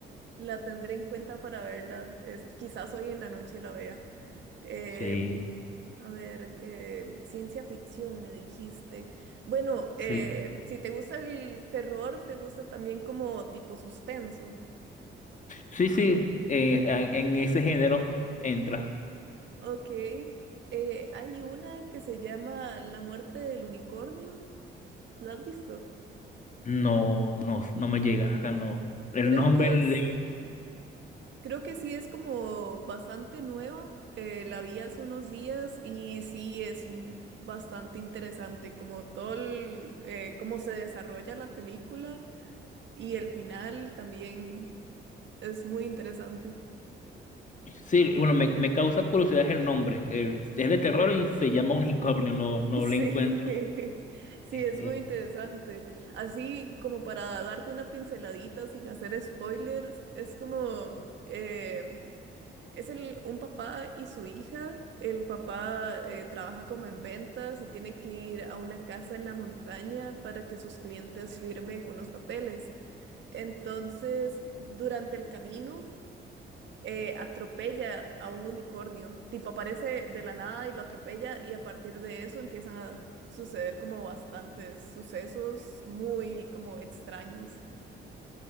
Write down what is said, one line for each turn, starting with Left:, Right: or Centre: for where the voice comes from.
Right: La tendré en cuenta para verla. Es- quizás hoy en la noche la vea. Em,
Left: Sí,
Right: a ver, em, ciencia ficción, me dijiste. Bueno, em,
Left: sí,
Right: si te gusta el terror, te gusta también como tipo suspenso.
Left: sí, sí, eh, en en ese género entra.
Right: Ok. Eh, hay una que se llama La muerte del unicornio. ¿La has visto?
Left: No, no, no me llega, o sea, no. El
Right: Creo
Left: nombre,
Right: que
Left: le-
Right: es. Creo que sí es como bastante nueva. eh, la vi hace unos días y sí es mm, bastante interesante como todo el, eh, cómo se desarrolla la película y el final también es muy interesante.
Left: sí, bueno, me, me causa curiosidad el nombre. El- es de terror y se llama Unicornio, no, no
Right: <laughs> Sí,
Left: le encuentro.
Right: <laughs> sí,
Left: Eh,
Right: es muy interesante. Así como para darte una pinceladita sin hacer spoilers, es como... eh, Es el, un papá y su hija. El papá eh, trabaja como en ventas y tiene que ir a una casa en la montaña para que sus clientes firmen unos papeles. Entonces, durante el camino, eh, atropella a un unicornio. Tipo, aparece de la nada y lo atropella y a partir de eso empiezan a suceder como bastantes sucesos muy como extraños.